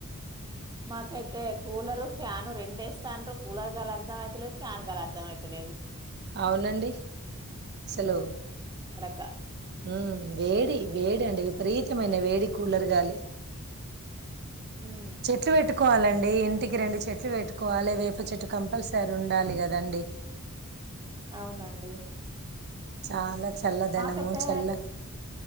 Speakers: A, on the right; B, on the right.
A: నాకైతే కూలరు ఫ్యాన్ రెంస్తాను కూలర్గాలర్జ అయితే చాన్గాలు అర్థం అయితలేదు
B: అవునండి సెలవు
A: క్క
B: ఉ వేడి వేడి అండి విపరీతమైన వేడి కూలర్ గాలి
A: ఉమ్
B: చెట్లు పెట్టుకోవాలండి ఇంటికి రెండు చెట్లు పెట్టుకోవాలి వేపు చెట్టు కంపల్సరీ ఉండాలి కదండి
A: అవునండి
B: చాలా చల్లదనము
A: మాకయితే
B: చల్ల